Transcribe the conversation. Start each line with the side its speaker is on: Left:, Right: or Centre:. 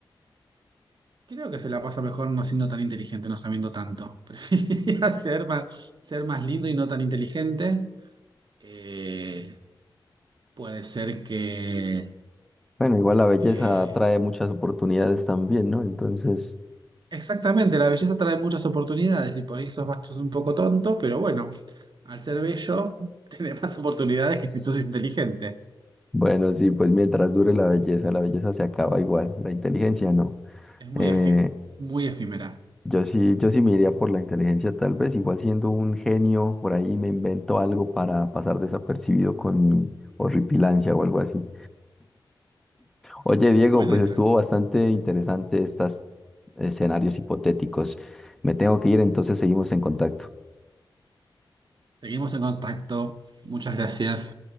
Right: Creo que se la pasa mejor no siendo tan inteligente, no sabiendo tanto. <laughs> Preferiría ser más, ser más lindo y no tan inteligente. Eh, puede ser que...
Centre: bueno, igual la belleza
Right: eh,
Centre: trae muchas oportunidades también, ¿no? Entonces,
Right: exactamente, la belleza trae muchas oportunidades y por ahí sos, sos un poco tonto, pero bueno, al ser bello, <laughs> tenés más oportunidades que si sos inteligente.
Centre: bueno, sí, pues mientras dure la belleza, la belleza se acaba igual, la inteligencia no.
Right: Es muy,
Centre: Eh,
Right: efí- muy efímera.
Centre: Yo sí, yo sí me iría por la inteligencia, tal vez, igual siendo un genio, por ahí me invento algo para pasar desapercibido con mi horripilancia o algo así. Oye, Diego,
Right: Es buena
Centre: pues
Right: esa.
Centre: estuvo bastante interesante estos escenarios hipotéticos. Me tengo que ir, entonces seguimos en contacto.
Right: Seguimos en contacto. Muchas gracias.